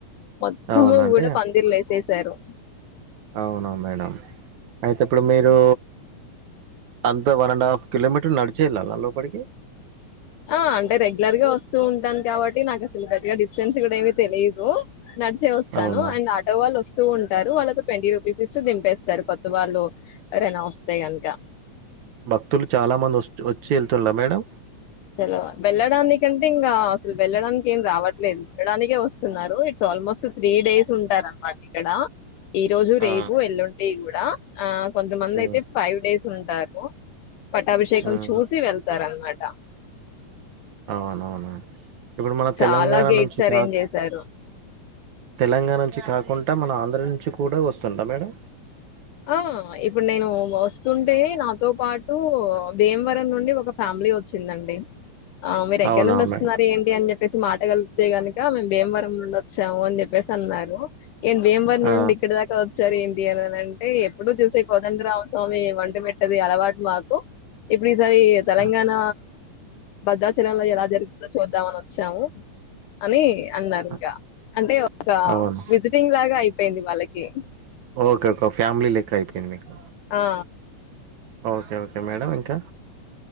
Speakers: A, on the left; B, on the right.
A: మొత్తము
B: అవునండి
A: కూడా పందిర్లు వసేసారు
B: అవునా మేడం అయితే ఇప్పుడు మీరు అంతా వన్ అండ్ హాఫ్ కిలోమీటర్ నడిచేళ్ళాలా లోపలికి
A: ఆ అంటే రెగ్యులర్ గా వస్తూ ఉంటాను కాబట్టి నాకు అసలు పెద్దగా డిస్టెన్స్ కూడా ఏమీ తెలిదు నడిచే వస్తాను
B: అవునా
A: అండ్ ఆటో వాళ్ళు వస్త స్తూ ఉంటారు వాళ్ళకు ట్వంటీ రూపీస్ ఇస్త దింపేస్తారు కొత్త వాళ్ళు ఎవరైనా వస్తే కనుక
B: భక్తులు చాలా మంది వ వచ్చి వెళ్తుండార మేడం
A: సల వెళ్లడానికంటే ఇంకా అసలు వెళ్ళడానికి ఏం రావట్లేదు వెళ్ళడానికే వస్తున్నారు ఇట్ ఆల్మోస్ట్ త్రీ డేస్ ఉంటారు అనమాట ఇక్కడ ఈ రోజు
B: ఆ
A: రేపు ఎల్లుండి కూడా ఆ కొంతమంది
B: ఉమ్
A: అయితే ఫైవ్ డేస్ ఉంది ఉంటారు పట్టాభిషేకం
B: ఉమ్
A: చూసి వెళ్తార అనమాట
B: అవునవును ఇప్పుడు మన
A: చాలా
B: తెలంగాణ
A: గేట్స్
B: నుంచి
A: అరేంజ్
B: కాక
A: చేశారు
B: తెలంగాణ నుంచి కాకుండా మన ఆంధ్ర నుంచి కూడా వస్తుందా మేడం
A: ఆ ఇప్పుడు నేను చస్తుంటే నాతో పాటు భీమవరం నుండి ఒక ఫ్యామిలీ వచ్చిందండి ఆ మీరు ఎక్కడ
B: అవునా
A: నుండి వస్తున్నారు
B: మేడం
A: ఏంటి అని చెపి చెప్పేసి మాటగలితే గనుక మేము భీమవరం నుండి వచ్చాము అని చెప్పేసి అన్నారు ఏంటి భేం వరం
B: ఆ
A: నుండి ఇక్కదాకా వచ్చారు ఏంటి అనని అంటే ఎప్పుడుూ చూసే కోదండరామస్వామి వంట పెట్టది అలవాటు మాకు ఇప్పుడు ఇప్పుడు ఈసారి తెలంగాణ
B: ఆ!
A: భద్రాచలంలో ఎలా జరుగుందో చూద్దామని వచ్చాము అని అన్నారు
B: ఆ!
A: ఇంకా అంటే ఒక
B: అవును
A: విజిటింగ్ లాగా అయిపోయింది వాళ్ళకి
B: ఓకే ఓకే ఫ్యామిలీ లెక్క అయిపోయింది మీకు
A: ఆ
B: ఓకే ఓకే మేడం ఇంకా